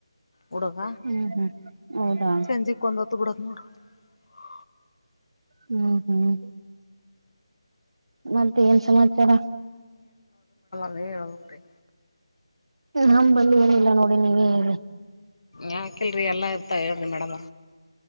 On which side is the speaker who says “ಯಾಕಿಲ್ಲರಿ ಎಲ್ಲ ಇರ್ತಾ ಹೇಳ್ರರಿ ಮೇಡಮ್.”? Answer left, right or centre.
Left